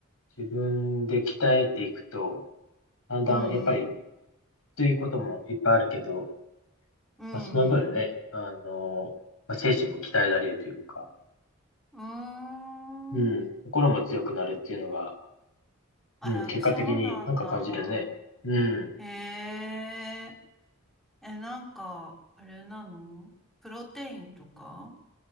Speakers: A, on the left (about 70°); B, in the centre.
A: 自分で鍛えていくと、だんだん、
B: うんうん。
A: やっぱり、きついこともいっぱいあるけど、
B: うんうん。
A: まあ、その分ね、あの、まあ、精神も鍛えられるというか、
B: うー
A: うん、
B: ん。
A: 心も強くなるっていうのが、
B: あ、
A: うん、
B: やっぱそうなんだ。
A: 結果的になんか感じるね。うん、
B: へえ。え、なんか、あれなのプロテインとか